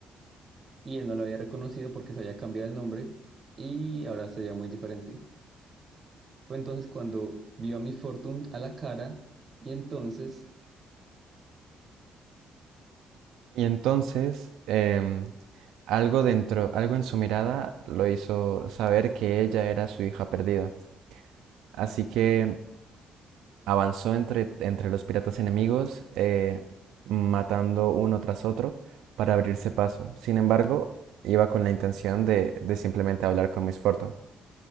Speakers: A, on the right; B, on the right.
A: Y él no la había reconocido porque se había cambiado el nombre y ahora se veía muy diferente. Fue entonces cuando vio a Miss Fortune a la cara y entonces
B: Y entonces, em, algo dentro, algo en su mirada lo hizo saber que ella era su hija perdida. Así que avanzó entre, entre los piratas enemigos, eh, matando uno tras otro para abrirse paso. Sin embargo, iba con la intención de, de simplemente hablar con Miss Fortune.